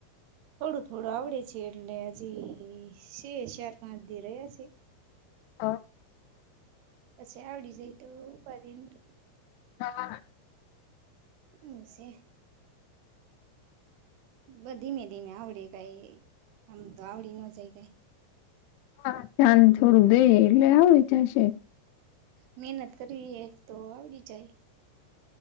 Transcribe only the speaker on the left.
હા.
તમારા
હા ધ્યાન થોડું દઈએ એટલે આવડી જશે.